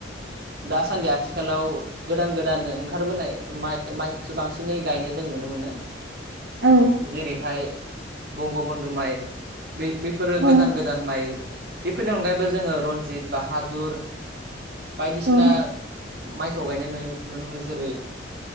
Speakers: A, on the right (about 55°); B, on the right (about 80°).
A: दासान्दि आथिखालाव गोदान-गोदान ओंखारबोनाय माइ माइखौसो बांसिनै गायनाय जों नुनो मोनो।
B: औ
A: जेरैहाय बंगबन्धु माइ बै-बैफोरो
B: औ
A: गोदान गोदान माइ। बेफोरनि अनगायैबो जोङो रनजित, बाहादुर बायदिसिना
B: औ
A: माइखौ गायनाय नुयो-नुनो मोनो जेरै